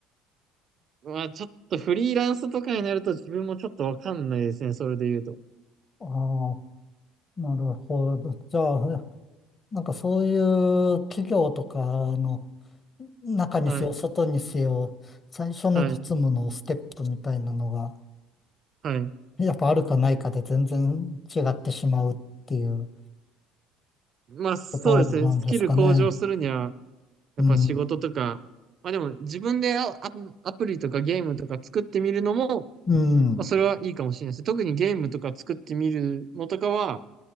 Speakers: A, on the right; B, on the left.
A: まあちょっとフリーランスとかになると自分もちょっとわかんないですね。それで言うと。
B: ああ、なるほど。じゃあ、なんかそういう企業とかの中にせよ、
A: はい。
B: 外にせよ、最初の実務のステップみたいなのが、
A: はい。はい。
B: やっぱあるかないかで全然違ってしまうっていう
A: まあそうですね。
B: ことなんですかね。
A: スキル向上するには、やっぱ仕事とか、
B: うん。
A: まあでも自分でア、アプアプリとかゲームとか作ってみるのも、
B: うん。
A: まあそれはいいかもしれないです。特にゲームとか作ってみるのとかは、